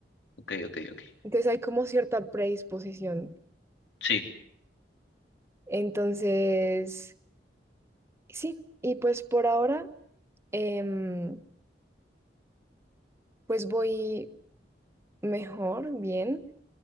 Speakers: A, on the left; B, on the right.
A: ok, ok, ok.
B: Entonces hay como cierta predisposición.
A: Sí,
B: Entonces, sí, y pues por ahora, em, pues voy mejor, bien,